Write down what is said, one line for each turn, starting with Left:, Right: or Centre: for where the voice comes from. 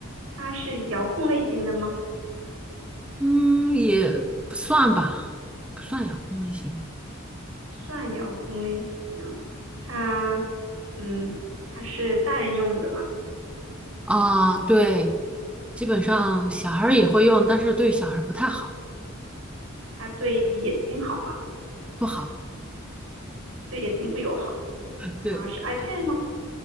Right: 它是遥控类型的吗？
Centre: 嗯，也不算吧，不算遥控类型
Right: 不算遥控类型，它，嗯，它是大人用的嘛？
Centre: 啊，对，基本上小孩儿也会用，但是对小孩儿不太好，
Right: 它对眼睛好吗？
Centre: 不好，
Right: 对眼睛不友好
Centre: 对，
Right: 啊？是 iPad 吗？